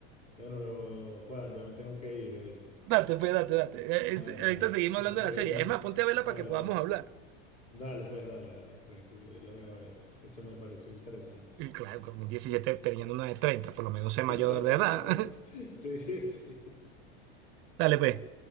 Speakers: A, on the left; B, on the right.
A: Bueno, lo- Juan, ya me tengo que ir, ¿oíste?
B: Date, pues, date, date. Eh,
A: Dale,
B: es- Ahorita
A: dale.
B: seguimos
A: Ah,
B: hablando
A: seguimos.
B: de la serie. Es más, ponte a verla
A: Dale,
B: para que podamos
A: dale.
B: hablar.
A: Dale, pues dale, dale, tranquilo, yo lo voy a ver. Esto me pareció interesante.
B: <laughs> Y Claro, como un 17 teniendo una de 30, por lo menos es mayor
A: <laughs>
B: de edad. <laughs>
A: Sí, sí.
B: Dale, pues.